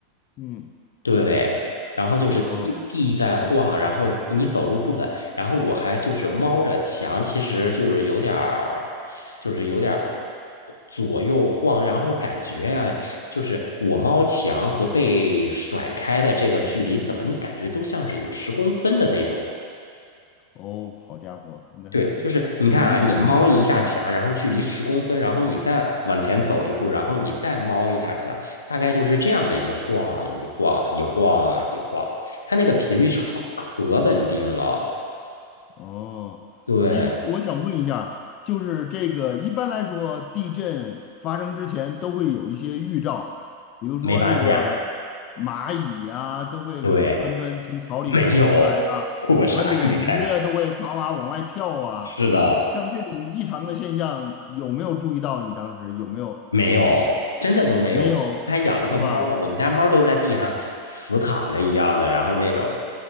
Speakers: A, on the left; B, on the left.
A: 嗯，
B: 对，然后就是地地在晃，
A: 哦
B: 然后你走路不稳，然后我还就是猫着墙，其实就是有点儿，就是有点儿左右晃，然后感觉呀、就是我猫墙和被甩开的这个距离，怎么你感觉都像是有十公分的那种。
A: 哦，好家伙，那还挺明显的啊，
B: 对，就是你看啊，你猫一下墙，
A: 嗯。
B: 然后距离十公分，然后你再往前走一步，然后你再猫一下墙，大概就是这样的一晃一晃一晃一晃，它那个频率超可稳定了。
A: 哦，
B: 对，
A: 哎，我想问一下儿就是这个一般来说，地震发生之前都会有一些预兆，比如说这个
B: 没发现，
A: 蚂蚁啊，都会给纷纷从草里跑出来啊，
B: 对，没有，我啥也没看见。
A: 河里的鱼啊都会哗哗往外跳啊，
B: 是的，
A: 像这种异常的现象，有没有注意到？你当时有没有？
B: 没有，真的都没有。
A: 没有，
B: 还养了个猫呢，
A: 是吧？
B: 我们家猫都在地上死躺着一样的，然后那种